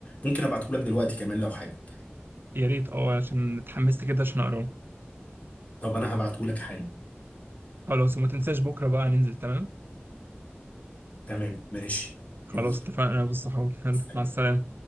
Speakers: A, on the left (about 35°); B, on the right (about 55°).
A: ممكن ابعته لك دلوقتي كمان لو حابب
B: يا ريت اه عشان اتحمست كده عشان اقراه
A: طب انا هبعته لك حالا
B: خلاص وما تنساش بكرة بقى ننزل تمام
A: تمام ماشي
B: خلاص
A: يلا
B: اتفقنا بص حلو
A: سلام
B: مع السلامة